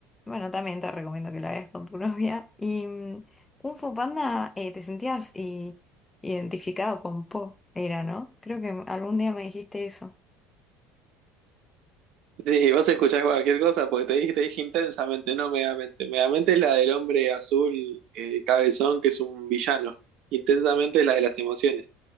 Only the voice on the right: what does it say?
Sí, vos escuchás cualquier cosa, porque te dije, te dije intensamente, no Megamente. Megamente es la del hombre azul eh, cabezón, que es un villano. Intensamente es la de las emociones.